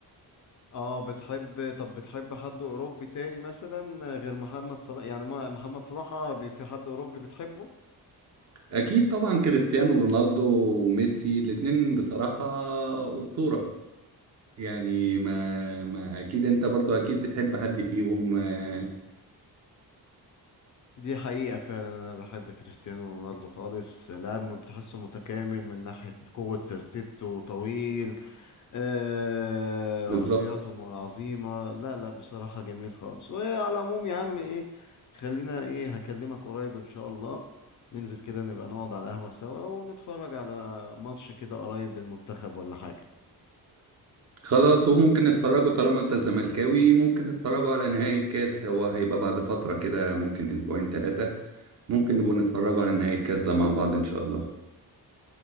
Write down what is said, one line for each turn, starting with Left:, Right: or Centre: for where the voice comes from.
Left: اه بتحب طب بتحب حد اوروبي تاني مثلا غير محمد صلاح يعني ما محمد صلاح عربي في حد اوروبي بتحبه
Right: اكيد طبعا كريستيانو رونالدو وميسي الاتنين بصراحة أسطورة يعني ما, ما اكيد انت برضه اكيد بتحب حد فيهم آه،
Left: دي حقيقة فعلا انا بحب كريستيانو رونالدو خالص لاعب م- بتحسه متكامل من ناحية قوة تسديدته طويل آه رأسياته
Right: بالظبط
Left: م- عظيمة لا لا بصراحة جميل خالص وعلى العموم يا عم ايه خلينا ايه هكلمك قريب ان شاء الله ننزل كده نبقى نقعد على القهوة سوا ونتفرج على ماتش كده قريب للمنتخب ولا حاجة
Right: خلاص وممكن نتفرجوا طالما انت زملكاوي ممكن نتفرجوا على نهائي الكاس هو هيبقى بعد فترة كده ممكن اسبوعين ثلاثة ممكن نبقوا نتفرجوا على نهائي الكاس ده مع بعض ان شاء الله